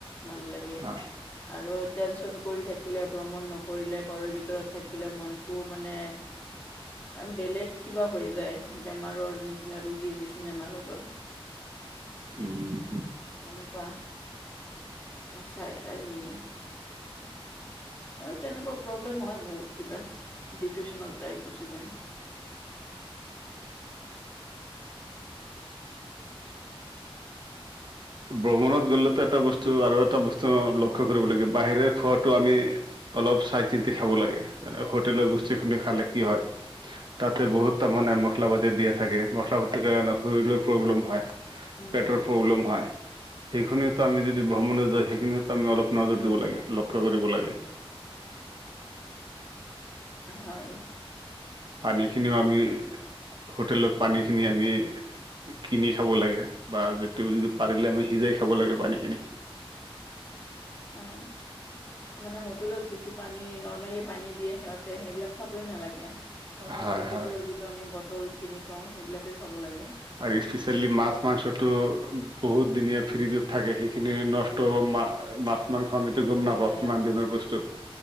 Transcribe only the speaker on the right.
হয়
উম উম
ভ্ৰমণত গ'লেতো এটা বস্তু আৰু এটা বস্তু লক্ষ্য কৰিব লাগে বাহিৰৰ খোৱাটো আমি অলপ চাই চিন্তি খাব লাগে যেনে হোটেলৰ বস্তু খিনি খালে কি হয় - তাতে বহুত তাৰ মানে মছলা পাতি দিয়া থাকে মছলা পাতিৰ কাৰণে শৰীৰৰ প্ৰব্লেম হয়।
পেটৰ
প্ৰব্লেম হয়। সেইখিনিটো আমি যদি ভ্ৰমণে যায় সেইখিনিটো আমি অলপ নজৰ দিব লাগে লক্ষ্য কৰিব লাগে।
পানী খিনিও আমি হোটেলত পানী খিনি আমি কিনি খাব লাগে বা যিটো যিটো পাৰিলে আমি সিজাই খাব লাগে পানী খিনি
হয়
হয়
আৰু স্পেচিয়েলি মাছ মাংসটো
বহুত দিনীয়া ফ্ৰীজত থাকে সেইখিনি নষ্ট মাত মাংস আমিতো
গুম নাপাওঁ
কিমান
দিনৰ বস্তু